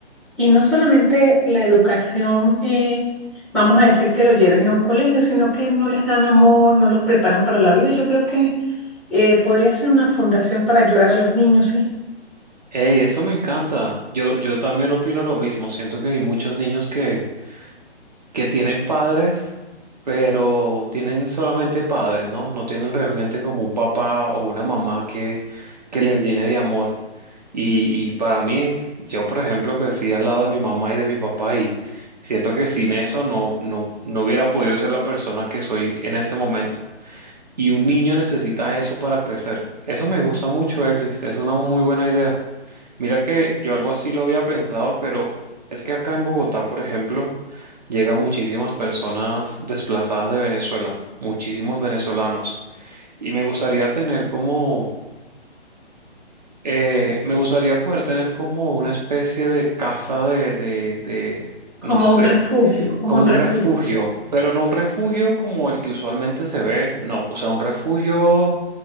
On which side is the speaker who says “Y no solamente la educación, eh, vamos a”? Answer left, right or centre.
Centre